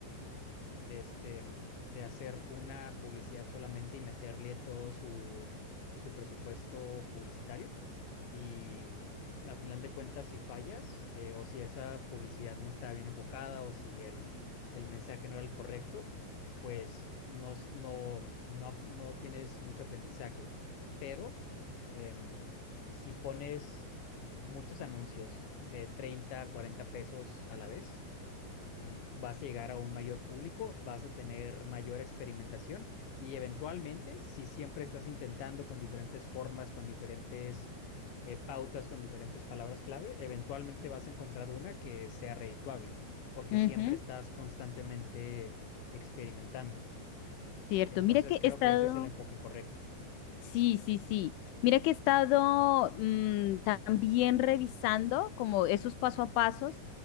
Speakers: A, on the left; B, on the left.
A: de este, de hacer una publicidad solamente y meterle todo su, su presupuesto publicitario. Y a final de cuentas, si fallas, eh, o si esa publicidad no está bien enfocada, o si el, el mensaje no era el correcto, pues no, s- no, no, no tienes mucho aprendizaje. Pero em, si pones muchos anuncios de 30, 40 pesos a la vez, em, vas a llegar a un mayor público, vas a tener mayor experimentación y eventualmente, si siempre estás intentando con diferentes formas, con diferentes eh, pautas, con diferentes palabras clave, eventualmente vas a encontrar una que sea redituable, porque
B: ujú,
A: siempre estás constantemente experimentando.
B: Cierto.
A: Y entonces
B: Mira que
A: creo
B: he estado...
A: que ese es el enfoque correcto.
B: Sí, sí, sí. Mira que he estado mm, también revisando como esos paso a pasos,